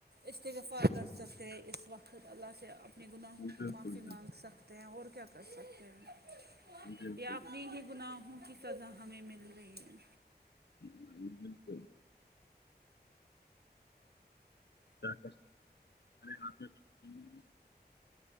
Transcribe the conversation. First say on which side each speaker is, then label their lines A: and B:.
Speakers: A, on the right; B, on the left.
A: استغفا کر سکتے اس وقت اللہ سے اپنے گناہوں کی
B: بالکل
A: معافی
B: بالکل
A: مانگ سکتے ہیں اور کیا کر سکتے ہیں
B: بالکل
A: یا اپنی ہی گناہوں کی سزا ہمیں مل رہی ہے
B: ہ بالکل ج کر ارے یہاں پہ کچھ نہیں